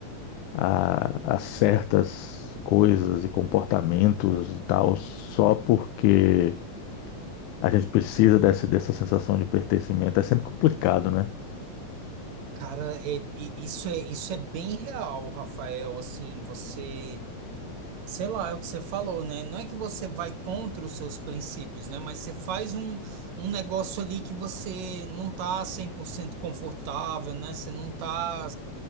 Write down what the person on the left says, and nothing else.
a, a certas coisas e comportamentos e tal, só porque a gente precisa dessa, dessa sensação de pertencimento. É sempre complicado, né?